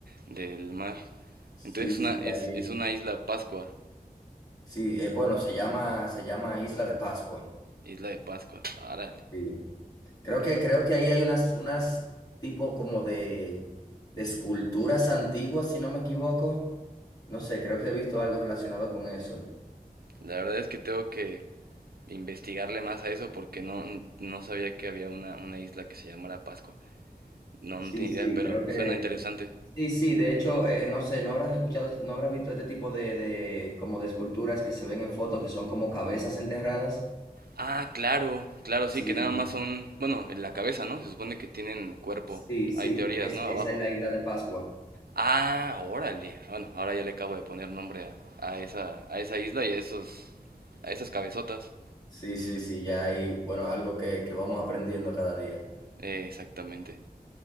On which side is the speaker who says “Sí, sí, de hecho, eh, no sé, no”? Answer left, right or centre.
Left